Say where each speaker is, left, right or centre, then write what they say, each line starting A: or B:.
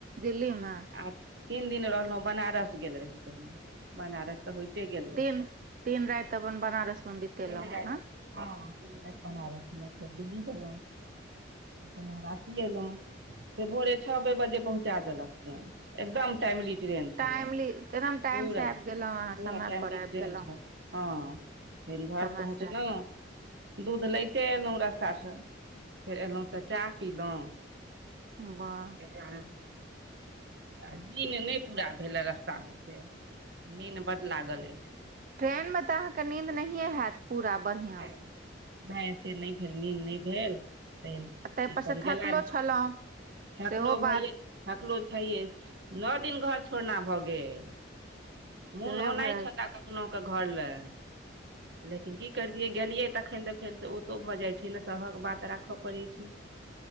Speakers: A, on the right (about 45°); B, on the right (about 60°).
A: दिल्लीमे,
B: आ तीन दिन रहलहुँ बनारस गेल रही तमे। बनारस तऽ होइते गेल रहै।
A: तीन तीन राति अपन बनारस मे बितेलहुँ
B: हँ
A: अहाँ
B: परज बनारस म फ दिल्ी झल <unintelligible> तखन रांची एलहुँ, से भोरे छओे बजे पहुँचा देलक ट्रेन एकदम टाइमली ट्रेन।
A: टाइमली
B: पूरा
A: एकदम टाइम से आबि गेलहुँ अहाँ
B: पूरा
A: समय
B: टायमली
A: पर आबि
B: ट्रेन
A: गेलहुँ
B: छैल। हँ फेन घर
A: समय
B: पहुँचलहुँ।
A: से
B: दूध लैते अयलहुँ रस्तासँ फेर अलहुँ तऽ चाह पिलहुँ,
A: बाह
B: ह <inaudible> आ नींद नहि पूरा भेले रस्ता मे से नींद बड लागल अछि।
A: ट्रेन मे त अहाँके नींद नहिये हैत पूरा, बढ़िआँसँ
B: नहिऐसे नहि फिर नींद नहि भेल <unintelligible> त ई
A: आ ताहिपर
B: अपन
A: सँ थकलो
B: गेला
A: छलहुँ
B: फकलो
A: सेहो बात
B: भै <unintelligible> कलो छये नो दिन घर छोड़ना भऽ गेल। मोन
A: सेहो
B: ओनाइ
A: भेल
B: छलए कखनहुके घर लए, लेकिन की करलियै गेलियै तखन तऽ फेर से ओतो भऽ जाय छै ने सभक बात राखऽ पड़े छै।